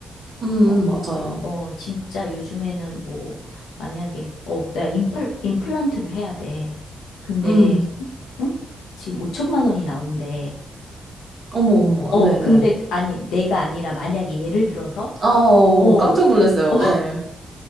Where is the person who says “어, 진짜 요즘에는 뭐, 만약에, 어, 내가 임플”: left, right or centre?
Left